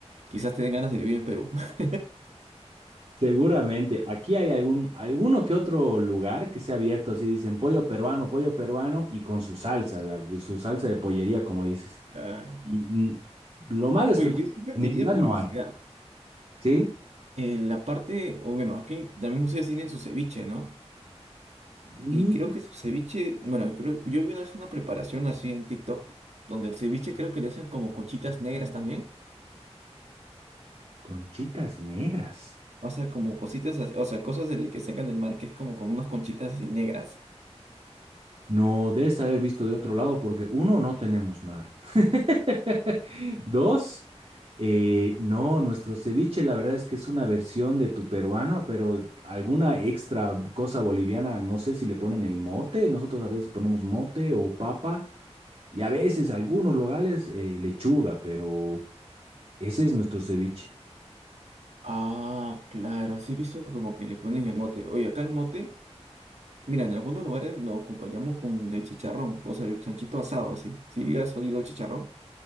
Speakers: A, on the right (about 75°); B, on the right (about 55°).
A: Quizás te den ganas de vivir en Perú. <laughs>
B: Seguramente, aquí hay algún, alguno que otro lugar que sea abierto, así dicen pollo peruano, pollo peruano y con su salsa, la- su salsa de pollería, como dices.
A: Ah,
B: Y mm, lo malo es
A: Oye,
B: que pues,
A: yo siempre
B: en
A: he tenido
B: mi ciudad
A: curiosidad.
B: no hay, ¿sí?
A: Eh, la parte, o bueno, aquí también ustedes tienen su ceviche, ¿no?
B: Mm,
A: Y creo que su ceviche, bueno, creo, yo vi una vez una preparación así en TikTok, donde el ceviche creo que le hacen como conchitas negras también.
B: conchitas negras.
A: O sea, como cositas, así- o sea, cosas del que sacan del mar que es como con unas conchitas así negras.
B: No des haber visto de otro lado porque uno, no tenemos mar. <laughs> Dos, eh, no, nuestro ceviche la verdad es que es una versión de tu peruano, pero alguna extra cosa boliviana, no sé si le ponen el mote, nosotros a veces ponemos mote o papa y a veces algunos locales eh, lechuga, pero ese es nuestro ceviche.
A: Ah, claro, así he visto como que le ponen el mote. Oye, acá el mote, mira, en algunos lugares lo acompañamos con el chicharrón, o sea, el chanchito asado, así. ¿Sí has oído el chicharrón?